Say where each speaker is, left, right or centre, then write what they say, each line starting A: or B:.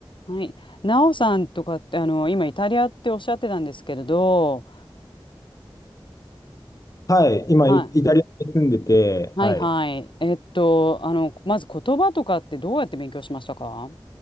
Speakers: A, on the left; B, on the left.
A: はい。なおさんとかって、あの、今イタリアっておっしゃってたんですけれど、
B: はい。今、
A: はい。
B: イイタリアに住んでて、
A: はいはい。
B: はい。
A: えっと、あの、まず言葉とかってどうやって勉強しましたか